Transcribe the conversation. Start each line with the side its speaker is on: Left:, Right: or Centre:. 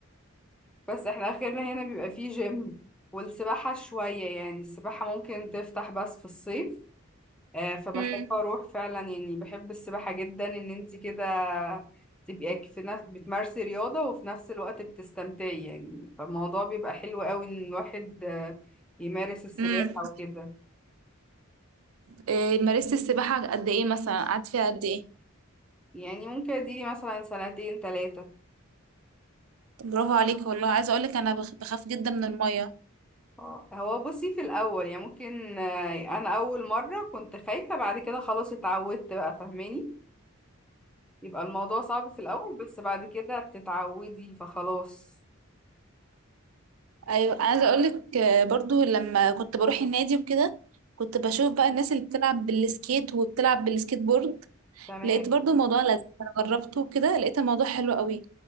Centre: بس احنا اخرنا هنا بيبقى فيه جيم والسباحة شوية يعني السباحة ممكن تفتح بس في الصيف آه، فبحب
Right: امم
Centre: اروح فعلا يعني بحب السباحة جدا ان انت كده تبقي في نفس بتمارسي رياضة وفي نفس الوقت بتستمتعي يعني فالموضوع بيبقى حلو قوي ان الواحد آه، يمارس السباحة
Right: امم
Centre: وكده
Right: إيه مارست السباحه قد ايه مثلا قعدت فيها قد ايه
Centre: يعني ممكن اديلي مثلا سنتين ثلاثة
Right: برافو عليك والله عايزه اقول لك انا بخ- بخاف جدا من الميه
Centre: اه هو بصي في الاول يعني ممكن آه، انا اول مرة كنت خايفة بعد كده خلاص اتعودت بقى فاهماني يبقى الموضوع صعب في الاول بس بعد كده بتتعودي فخلاص
Right: ايوه عايزه اقول لك برضو لما كنت بروح النادي وكده كنت بشوف بقى الناس اللي بتلعب بالسكيت وبتلعب بالسكيت بورد
Centre: تمام
Right: لقيت برضو الموضوع لذيذ انا جربته وكده لقيت الموضوع حلو قوي